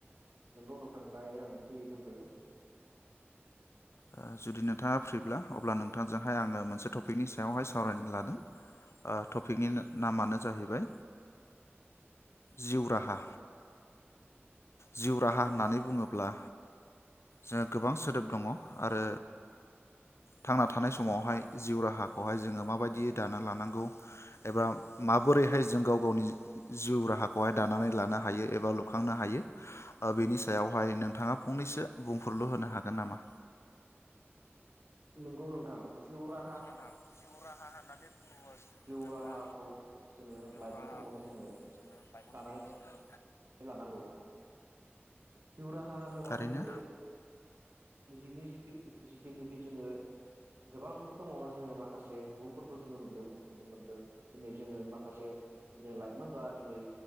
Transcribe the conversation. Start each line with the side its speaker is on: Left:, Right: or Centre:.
Right: नोंगौ नों थांबाय आं फ्रि दंथयो
Left: आ जुदि नोंथाङा फ्रिब्ला अब्ला नोंथांजोंहाय आङो मोनसे टपिकनि सायावहाय सावरायनो लादों ओ टपिकनि नामानो जाहैबाय जिउ राहा जिउ राहा होननानै बुङो ब्ला जो गोबां सोदोब दंअ आरो थांना थानाय समावहाय जिउ राहाखहाय जोङो माबायदि दाना लानांगौ एबा माबोरैहाय जों गाव गावनि जिउ राहाखौहाय दानानै लानो हायो एबा लुखांनो हायो बेनि सायाव बाय नोंथाङा फंनैसो बुंफोरलु होनो हागोन नामा?
Right: नोंगौ नोंथां जिउ रा
Left: नोंथां जिउ राहा होननानै बुङोबा
Right: जिउ
Left: जोङो
Right: राहाखौ जोङो
Left: जिउ
Right: लाइमोन
Left: राहाखौ
Right: समावनो
Left: ओ
Right: जोङो
Left: जोङो लाइमोन
Right: दानानै
Left: समावनो जोङो
Right: लानांगौ जिउ राहा होनोब्लाथाय
Left: थारैनो
Right: जोङो निजि निजिखो जिथुनोखि जोङो गोबां समावनो जोङो माखासे सुबुंफोरखौ जोङो नुदों नुनो मोनदों दिनै जोङो माखासे दिनै लाइमोनफोरा दिनै